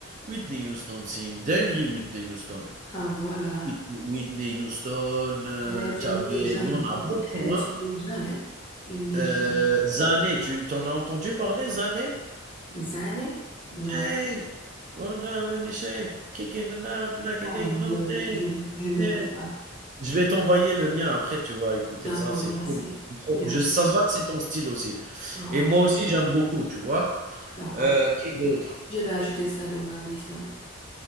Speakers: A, on the right; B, on the left.
A: Whitney Houston, c'est une dinguerie, Whitney Houston.
B: Sa voix, là,
A: Whitney Whitney Houston, heu,
B: elle est
A: tu
B: une légende
A: il y en a
B: vive.
A: beaucoup,
B: Elle est
A: hein.
B: une légende, hein? Une légende.
A: Heu, Zane, tu t'en as entendu parler, Zane?
B: Zané?
A: Shame,
B: Non.
A: oh no, really shame, kicking the life like it
B: Oh
A: ain't no
B: non,
A: thing,
B: je, ne- je ne
A: yeah.
B: le connais pas.
A: Je vais t'envoyer le lien après, tu vas écouter
B: D'accord,
A: ça, c'est
B: merci.
A: trop c'est trop
B: Merci.
A: je ça se voit que c'est ton style aussi
B: Ah,
A: et moi
B: ok,
A: aussi j'aime beaucoup, tu vois?
B: d'accord.
A: Heu, qui d'autre?
B: Je vais ajouter ça dans ma liste. hein.